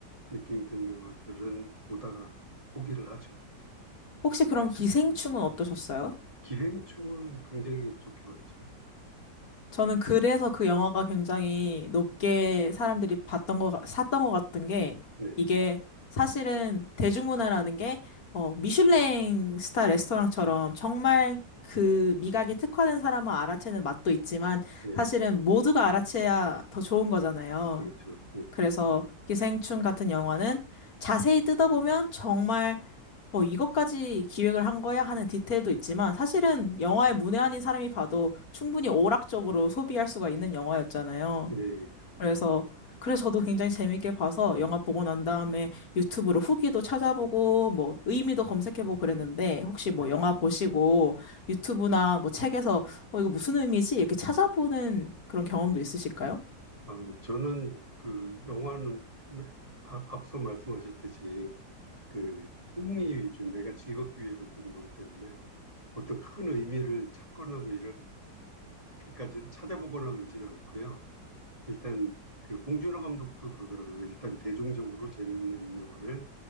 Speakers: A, on the right; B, on the left.
A: 느낌이 드는 영화들은 보다가 포기를 하죠.
B: 혹시 그럼 기생충은 어떠셨어요?
A: 기생충은 굉장히 좋게 봤죠.
B: 저는 그래서 그 영화가 굉장히 높게 사람들이 봤던 거, 같- 샀던 것 같은 게
A: 네,
B: 이게 사실은 대중문화라는 게 어, 미슐랭 스타 레스토랑처럼 정말 그 미각이 특화된 사람만 알아채는 맛도 있지만
A: 네,
B: 사실은 모두가 알아채야 더 좋은 거잖아요.
A: 그렇죠. 네,
B: 그래서 기생충 같은 영화는 자세히 뜯어보면 정말 어, 이것까지 기획을 한 거야 하는 디테일도 있지만 사실은 영화의 문외한인 사람이 봐도 충분히 오락적으로 소비할 수가 있는 영화였잖아요.
A: 예, 예, 그럼요.
B: 그래서 그래서 저도 굉장히 재밌게 봐서 영화 보고 난 다음에 유튜브로 후기도 찾아보고 뭐 의미도 검색해보고 그랬는데 혹시 뭐
A: 네.
B: 영화 보시고 유튜브나 뭐 책에서 어, 이거 무슨 의미지? 이렇게 찾아보는 그런 경험도 있으실까요?
A: 아, 저는 그 영화는 앞- 앞서 말씀하셨듯이 그 흥미 위주, 내가 즐겁기 위해서 보는 거기 때문에 어떤 큰 의미를 찾거나 뭐 이렇게까지 찾아보거나 그러지는 않고요. 일단 그 봉준호 감독도 그러더라고요. 일단 대중적으로 재밌는 영화를